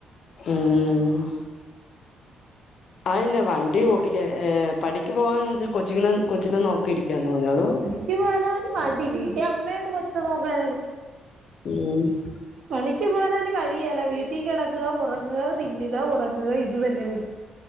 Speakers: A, on the left; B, on the right.
A: ഉംഹ് അയെന്ന വണ്ടി ഓടിക്കാൻ പണിക്ക് പോവാൻ കൊച്ചുങ്ങളെ കൊച്ചിനെ നോക്കിയി രിക്കാൻ തോന്നിയോ അതോ
B: പണിക്കു പോവാൻ അവന് മടി വീട്ടിൽ അമ്മയുണ്ട് കൊച്ചിനെ നോക്കാൻ
A: പിന്നെ
B: പണിക്ക് പോകാന് അവന് കഴിയുവേല വീട്ടിൽ കിടക്കുക ഉറങ്ങുക തിന്നുക ഉറങ്ങുക ഇത് തന്നെ പരു